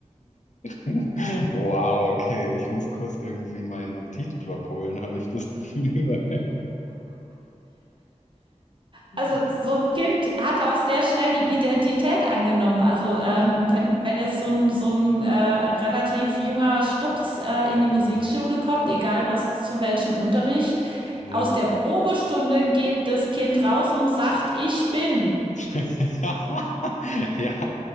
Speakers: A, on the left (about 70°); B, on the right (about 40°).
A: Wow, okay. Ich muss kurz irgendwie meinen Notizblock holen, habe ich das Gefühl. Mhm.
B: also, so ein Kind hat auch sehr schnell die Identität angenommen. Also, ähm, wenn wenn jetzt so ein so ein äh, relativ junger Stups, äh, in die Musikschule
A: Mhm.
B: kommt, egal was zu welchem Unterricht,
A: Ja.
B: aus der Probestunde geht das Kind raus und sagt: „Ich bin“
A: <laughs> Ja,